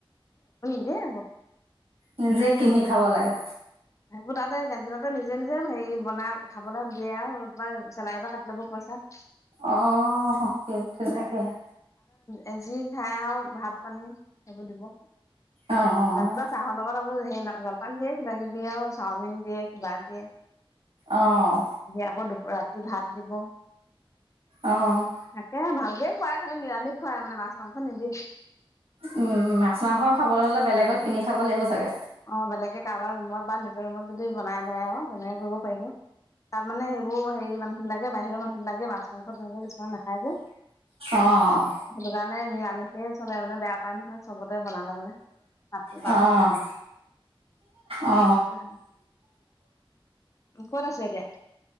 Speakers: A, on the left; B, on the right.
A: <unintelligible>
B: নিজে কিনি খাব লাগে।
A: সেইবোৰ তাতে কেণ্টিনতে নিজে-নিজে হেৰি বনাই খাবলৈ দিয়ে আৰু চেলাইৰ পৰা কাটি ল'ব পইচা।
B: অ', সেই তেনেকে হে।
A: এজি খাই আৰু ভাত পানী সেইবোৰ দিব
B: অ',
A: ৰাতিপুৱা চাহৰ লগত সেই জলপান দিয়ে কিবা-কিবি। দিয়ে ঔ, চাওমিন দিয়ে কিবা দিয়ে।
B: অ',
A: আকৌ দু ৰাতি ভাত দিব।
B: অ',
A: থাকে ভাল। খুৱাই খালি নিৰামিষ খোৱাই মানে মাছ মাংস নিদিয়ে
B: উম মাছ মাংস খাবলৈ হলে বেলেগত
A: অ
B: কিনি খাব লাগিব চাগে
A: অ বেলেগে কাৰোবাৰ ৰুমত বা নিজৰ ৰুমত যদি বনাই লয় আৰু তেনেকে কৰিব পাৰিব। তাত মানে সেইবোৰ হেৰি মানুহ বিলাকে বাহিৰৰ মানুহ বিলাকে মাছ মাংস তেনেকুৱা কিছুমান নাখায় যে
B: অ',
A: সেইটো কাৰণে নিৰামিষেই চলে মানে বেয়া পায় নহয় হব বনালে মানে মাত
B: অ',
A: বাচন বিলাক
B: অ
A: তেনেকুৱা ক'ত আছে এতিয়া